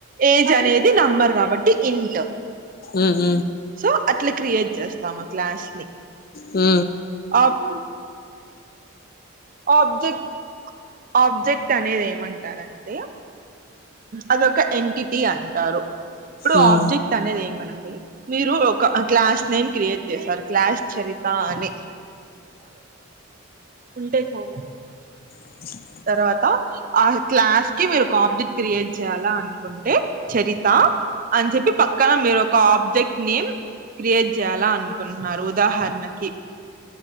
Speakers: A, on the right; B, on the left.
A: ఏజ్ అనేది నంబర్ కాబట్టి ఇంట్
B: ఉమ్
A: సో అట్లా క్రియేట్ చేస్తా మా క్లాస్ ని
B: హ
A: ఆబ్ ఆబ్జెక్ట్ ఆబ్జెక్ట్ అనేది ఏమంటారంటే అదొక ఎంటిటీ అంటారు ఇప్పుడు
B: మ్మ్
A: ఆబ్జెక్ట్ అనేది ఏమంటే మీరు ఒక క్లాస్ నేమ్ క్రియేట్ చేశారు క్లాష్ చరిత అని ఉంటాయి చాలా
B: ఇ
A: తర్వాత ఆ క్లాస్ కి మీరు ఒక ఆబ్జెక్ట్ క్రియేట్ చేయ్యాలా అనుకుంటే చరిత అని చెప్పి పక్కన మీరు ఒక ఆబ్జెక్ట్ నేమ్ క్రియేట్ చేయాల అన్ అనుకుంటున్నారు ఉదాహరణకి